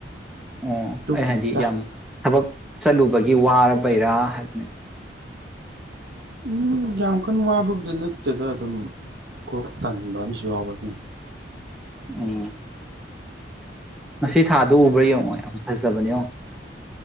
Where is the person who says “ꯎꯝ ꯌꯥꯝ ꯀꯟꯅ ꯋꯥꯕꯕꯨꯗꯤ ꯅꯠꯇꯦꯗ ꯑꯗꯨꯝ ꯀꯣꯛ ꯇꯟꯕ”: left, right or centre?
Right